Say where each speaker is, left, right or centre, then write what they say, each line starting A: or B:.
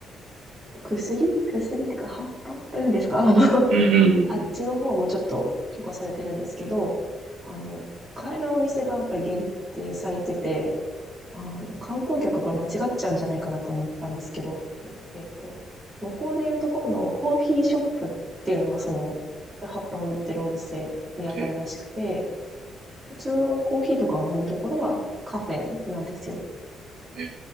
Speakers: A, on the right; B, on the right.
A: 薬薬っていうか葉っぱというんですかあの、<laughs>
B: うんうんうんうん。
A: あっちの方もちょっと許可されてるんですけど、あの、買えるお店がやっぱり限定されてて、あの、観光客はこれ間違っちゃうんじゃないかなと思ったんですけど、えっと、向こうでいうところのコーヒーショップっていうのはその、葉っぱを売ってるお店に当たるらしくて、
B: え
A: 普通のコーヒーとかを飲むところはカフェなんですよ。
B: ー、えー